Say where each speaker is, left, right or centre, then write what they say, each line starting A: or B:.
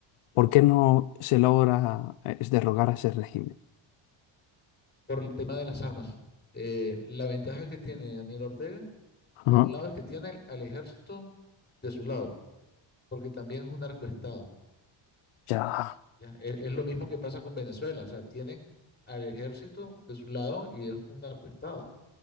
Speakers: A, on the left (about 85°); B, on the left (about 20°).
A: ¿por qué no se logra eh, derrocar a ese régimen?
B: Por el tema de las armas. Eh, la ventaja que tiene Daniel Ortega,
A: Ajá.
B: por un lado, es que tiene al, al ejército de su lado, porque también es un narcoestado,
A: Ya,
B: ¿ya? Es, es lo mismo que pasa con Venezuela, o sea, tienen al ejército de su lado y es un narcoestado.